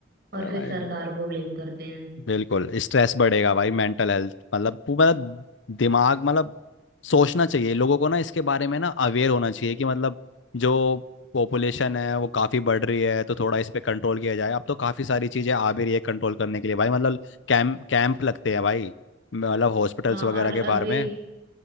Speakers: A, on the right (about 55°); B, on the left (about 80°).
A: और
B: अरे
A: फिर
B: भाई
A: सरकार को ब्लेम करते हैं
B: बिल्कुल स्ट्रेस बढ़ेगा भाई मेंटल हेल्थ मतलब पू- मतलब दिमाग मतलब सोचना चाहिए लोगों को ना इसके बारे में ना अवेयर होना चाहिए कि मतलब जो पॉपुलेशन है वो काफ़ी बढ़ रही है तो थोड़ा इस पे कंट्रोल किया जाए अब तो काफ़ी सारी चीज़ें आ भी रही है कंट्रोल करने के लिए भाई मतलब कैंप कैंप लगते हैं भाई मतलब हॉस्पिटल्स
A: हाँ
B: वगैरह
A: और
B: के
A: अभी
B: बारे में